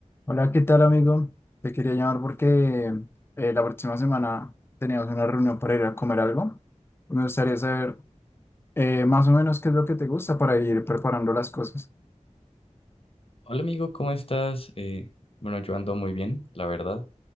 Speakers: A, on the left; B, on the left.
A: Hola, ¿qué tal, amigo? Te quería llamar porque eh, la próxima semana teníamos una reunión para ir a comer algo. Me gustaría saber eh, más o menos qué es lo que te gusta para ir preparando las cosas.
B: Hola amigo, ¿cómo estás? Eh, bueno, yo ando muy bien, la verdad.